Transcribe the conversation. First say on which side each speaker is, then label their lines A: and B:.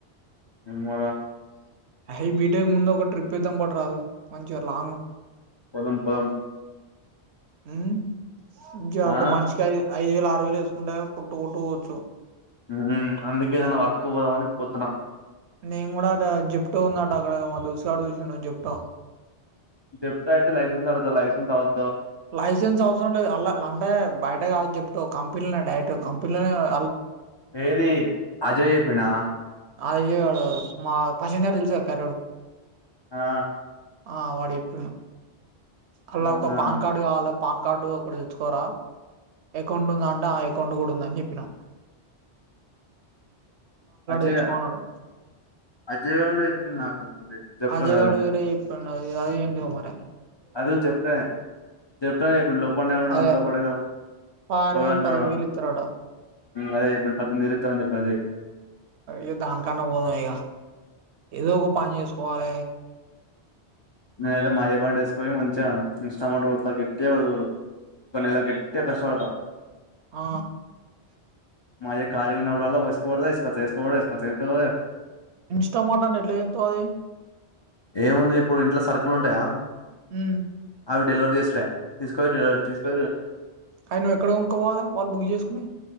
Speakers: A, on the left; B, on the right.
A: ఏమోరా
B: హై బీటెక్ ముందు ఒక ట్రిప్ ఎద్దాం పట్ రాదు మంచిగా లాంగ్
A: పోదం పోదం
B: మ్ జో
A: ఆ
B: మంచిగా ఐదు వేలు ఆరు వేలు వేసుకుంటే పోట్టు పోట్టుపోవచ్చు
A: మ్ అందుకే ఏదైన వర్క్ పోదామని పోతున
B: నేను కూడా అ జిప్టో ఉందట అక్కడ మా దోస్తుగాడు చూసిండు జిప్టో
A: చెెప్ అయితే సన్స్ అడుా న్స్ అ
B: లైసెన్స్ అవసరం అలా అంటే బయట అంటే కాదు చెప్పుా కంపనీలోనే డైరెక్ట్ కంపెనీలోనే వా
A: ఏది అజయ్ చెప్పిందా
B: అదిడు మా పసెంజర్ తెలుసు కారడు
A: ఆ
B: ఆ వాడు ఎప్పుడును అలా
A: అవునా
B: ఒక పాన్ కార్డు కావాలా పాన్ కార్డు ఒకడ తెచ్చుకోరా అకౌంట్ ఉందా అంటే ఆ అకౌంట్ కూడా ఉందని చెప్పినాం
A: అజయ
B: తెచ్చుకో అన్నాడు
A: అజయ్ గారుడు చెప్పింది నాకు అదే జెప్టోన్
B: అజయగాడు వేర అది అది ఏంట మర
A: అది చెప్తా చెప్తాను చెప్ప లోపల ఉన్నా
B: అదే
A: అంత కూడాద
B: ఆరు
A: ఒక
B: వేలు
A: దాంట్లో
B: పదిహేడు వేలు ఇస్తారట
A: అదే ఇప్పుడు పద్దెనిమిది నిలుస్తారని చెప్పిన అదే
B: ఏ ధన కనా బోగా ఏదో ఒక పని చేసుకోవాల
A: నతే మాజ ప డస్క్వ మంచి ఇన్స్టామ ఎట్టి పలా గేట్తే కస వాత
B: ఆ
A: మా ఆయా గా ఉన్నప్పుడు వసుకోడ ఇసుక తీసుకో ఇసుకసుకో
B: ఇన్స్టా మార్ట్ అంటే ఎట్లా ఎతు అది
A: ఏముంది ఇప్పుడు ఇంట్లో సర్కులు ఉంటాయా
B: ఉమ్
A: అవి డెలివర్ చేసిరే తీసుకో తీసుకో
B: అవి నువ్వు ఎక్కడ కొనుక్కోపోవాలి వాళ్ళు బుక్ చేసుకుని